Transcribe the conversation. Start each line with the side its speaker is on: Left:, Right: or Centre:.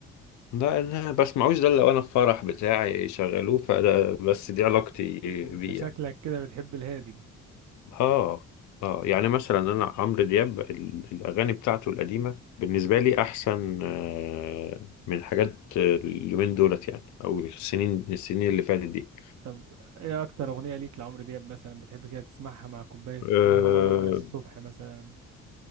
Left: لا انا بسمعوش ده إلا لو انا في فرح بتاعي شغلوه فده بس دي علاقتي
Right: انت
Left: بيه
Right: شكلك
Left: يعني
Right: كده بتحب الهادي
Left: اه اه يعني مثلا انا عمرو دياب ال- الاغاني بتاعته القديمه بالنسبه لي احسن آه، من حاجات آه، اليومين دولت يعني او السنين السنين اللي فاتت دي
Right: طب ايه اكتر اغنية ليك لعمرو دياب مثلا بتحب كده تسمعها مع كوباية
Left: آه
Right: قهوة الصبح مثلا